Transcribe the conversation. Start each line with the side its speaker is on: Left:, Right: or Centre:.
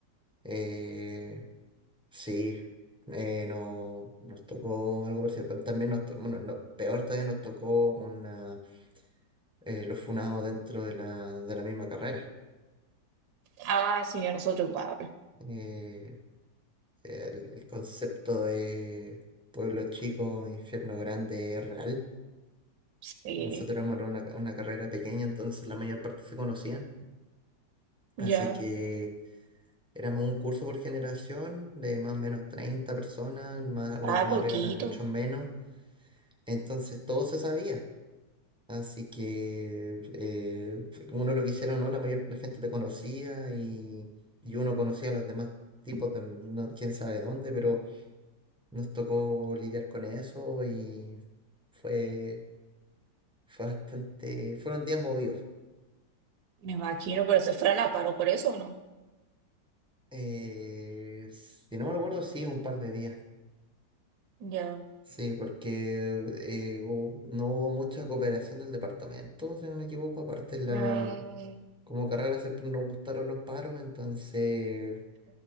Centre: Eh, sí, eh, no, nos tocó algo parecido, pero también nos tocó, bueno, lo peor todavía nos tocó una, eh, los funados dentro de la, de la misma carrera.
Right: Ah, sí, a nosotros igual.
Centre: Eh, el, el concepto de pueblo chico, infierno grande es real.
Right: Sí,
Centre: Nosotros éramos era una, una carrera pequeña, entonces la mayor parte se conocían.
Right: ya.
Centre: Así que éramos un curso por generación de más o menos 30 personas, más,
Right: Ah,
Centre: los demás
Right: poquito,
Centre: arriba eran muchos menos. Entonces todo se sabía. Así que eh, uno lo quisiera o no, la mayor la gente te conocía y, y uno conocía a los demás tipos de no- quién sabe dónde, pero Nos tocó lidiar con eso y fue, fue bastante, fueron días movidos.
Right: me imagino, pero se fue a la paro por eso, ¿o ¿no?
Centre: Eh, si no me lo acuerdo, sí, un par de días.
Right: Ya.
Centre: Sí, porque eh, hubo- no hubo mucha cooperación del departamento, si no me equivoco. Aparte, la,
Right: Ah,
Centre: como carrera siempre nos gustaron los paros, entonces